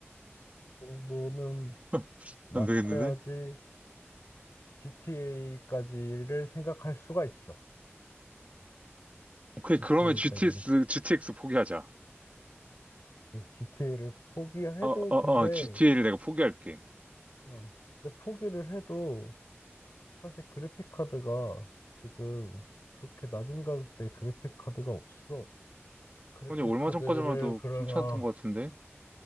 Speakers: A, on the left (about 90°); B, on the right (about 30°).
A: 그 정도는
B: <laughs>
A: 맞춰야지
B: 안 되겠는데?
A: GTA까지를 생각할 수가 있어.
B: 오케이,
A: GTA까지를
B: 그러면 GTS, GTX 포기하자.
A: GTA를 포기해도
B: 어, 어,
A: 근데
B: 어, GTA를 내가 포기할게.
A: 어, 근데 포기를 해도 사실 그래픽 카드가 지금 그렇게 낮은 가격대 그래픽 카드가 없어. 그래픽
B: 아니, 얼마
A: 카드를
B: 전까지만 해도
A: 그러면
B: 괜찮았던 것 같은데?